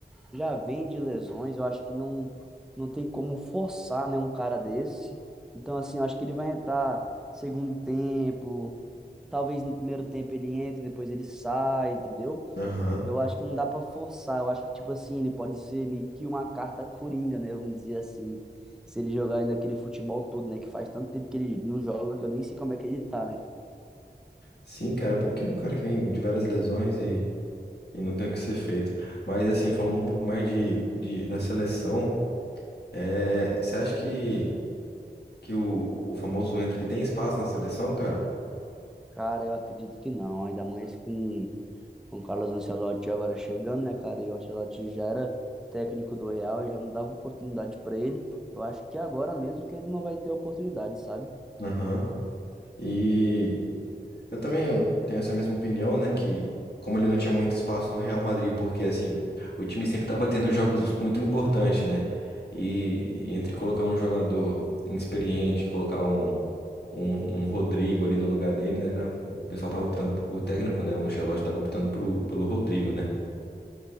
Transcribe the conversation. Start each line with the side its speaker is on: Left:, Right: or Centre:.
Centre: já vem de lesões, eu acho que não, não tem como forçar, né, um cara desse. Então, assim, eu acho que ele vai entrar segundo tempo, talvez no primeiro tempo ele entre, depois ele sai, entendeu?
Left: Aham.
Centre: Eu acho que não dá para forçar, eu acho que, tipo assim, ele pode ser meio que uma carta coringa, né, vamos dizer assim, se ele jogar ainda aquele futebol todo, né, que faz tanto tempo que ele não joga que eu nem sei como é que ele tá, né?
Left: Sim, cara, porque é um cara que vem de várias lesões e, e não tem o que ser feito. Mas, assim, falando um pouco mais de, de- da seleção, é, você acha que, que o, o famoso Endrick tem espaço na seleção, cara?
Centre: Cara, eu acredito que não, ainda mais com com o Carlos Ancelotti agora chegando, né, cara? E o Ancelotti já era técnico do Real e já não dava oportunidade para ele. Eu acho que agora mesmo que ele não vai ter oportunidade, sabe?
Left: Aham. E, Eu também eu tenho essa mesma opinião, né? Que como ele não tinha muito espaço no Real Madrid, porque assim, o time sempre estava tendo jogos muito importantes, né? E, e entre colocar um jogador inexperiente, colocar um, um, um Rodrigo ali no lugar dele, né? Era, o pessoal tava optando por técnico, né? O Ancelotti tava optando pro, pelo Rodrigo, né?